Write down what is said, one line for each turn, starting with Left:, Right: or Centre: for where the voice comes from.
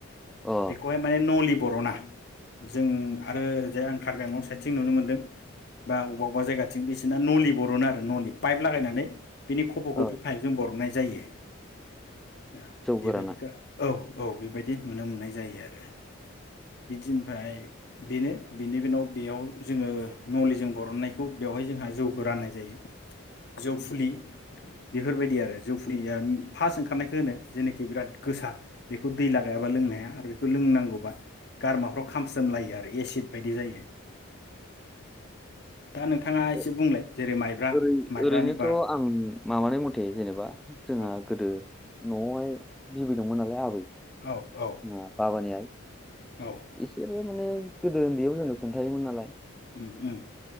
Centre: अ
Left: बेखौहाय माने नलि बर'ना जों आरो ओरैजाय आं कार्बिआंलं साइडथिं नुनो मोनदों। बा अबा अबा जायगाथिं बिसिना नलि बरनो आरो नलि पाइप लागायनानै। बिनि खफ'खो
Centre: ओ
Left: बे फाइभजों बरनाय जायो। ओ
Centre: जौ
Left: बेबायदिखो
Centre: गोराना
Left: औ औ बेबायदि नुनो मोननाय जायो आरो बिदिनफ्राय बेनो बेनि बिनाव बेयाव जोङो नलिजों बरननायखौ बेवहाय जोंहा जौखौ राननाय जायो जौ फुलि बेफोरबायदि आरो जौ फुलिआ फार्स्ट ओंखारनायखौ होनो जेनोखि बिराद गोसा बेखौ दै लागायाबा लोंनो हाया आरो बेखौ लोंनांगौबा गारमाफ्राव खामस्रोमलायो आरो एसिद बायदि जायो। दा नोंथाङा
Centre: ओै
Left: एसे बुंलाय जेरै माइब्रा
Centre: ओरै
Left: माइब्रानि
Centre: ओरैनोथ'
Left: बार
Centre: आं माबानाय मथे जेनेबा जोंहा
Left: औ
Centre: गोदो न'आवहाय बि दंमोन नालाय आबै
Left: औ औ
Centre: ओ बाबानि आइ
Left: औ
Centre: इसोरो माने गोदो उन्दैयाव जोंनो खोन्थायायोमोन नालाय।
Left: उम उम